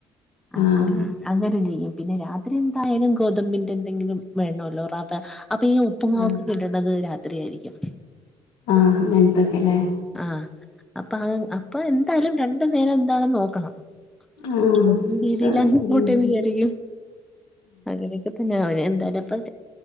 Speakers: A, in the centre; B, on the left (about 85°).
A: ആ
B: ആഹ്
A: അങ്ങനെ ചെയ്യും പിന്നെ രാത്രി യനും ഗോതമ്പിന്റെ എന്തെങ്കിലും വേണോല്ലോ റവ അപ്പൊ ഈ ഉപ്പുങ്ങക്ക്
B: ആഹ്
A: കിട്ടുന്നത് രാ ത്രിയാരിക്കും
B: ആ അങ്ങൻത്തൊക്കെ ലെ?
A: ആഹ് അപ്പൊ അ അപ്പൊ എന്തായാലും രണ്ടു നേരം എന്താണ് നോക്കണം
B: ആഹ്
A: <unintelligible>
B: ഒക്കെ
A: രീതിലങ്ങ് പോട്ടേന്ന്
B: ഉം
A: വിചാരിക്കും. അങ്ങനെക്കെ തന്നെ ആവ ല് എന്താലെ പ്പം?